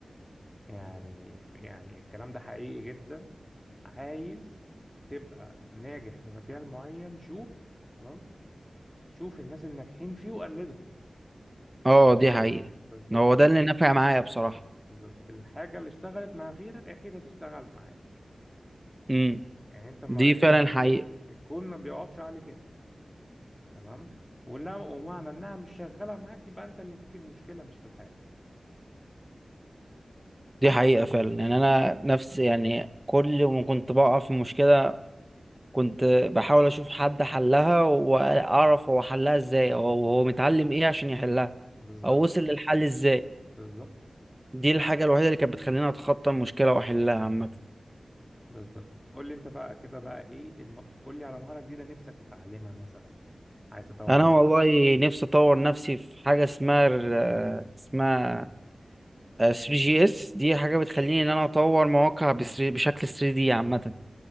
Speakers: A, in the centre; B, on the right.
A: يعني يعني الكلام ده حقيقي جدا عايز تبقى ناجح في مجال معين شوف تمام شوف الناس الناجحين فيه وقلدهم
B: اه دي حقيقة
A: بالظبط
B: هو ده اللي نافع معايا بصراحة
A: بالظبط الحاجه اللي اشتغلت مع غيرك اكيد هتشتغل معاك
B: امم
A: يعني انت ما
B: دي فعلا حقيقة
A: الكون ما بيقفش عليك انت تمام ولا ومعنى انها مش شغاله معاك يبقى انت اللي فيك المشكله مش في الحاجه
B: دي حقيقة فعلا يعني انا نفس يعني كل ما كنت بقع في مشكلة كنت بحاول اشوف حد حلها واعرف هو حلها ازاي او هو متعلم ايه عشان يحلها
A: بالظبط
B: او وصل للحل ازاي
A: بالظبط
B: دي الحاجة الوحيدة اللي كانت بتخليني اتخطى المشكلة واحلها عامة
A: بالظبط قول لي انت بقى كده بقى ايه الم... قول لي على مهاره جديده نفسك تتعلمها مثلا عايز تطور
B: انا
A: نفسك
B: والله نفسي اطور نفسي في حاجة اسمها ال- اسمها 3 جي اس دي حاجة بتخليني ان انا اطور مواقع بس- بشكل 3 دي عامة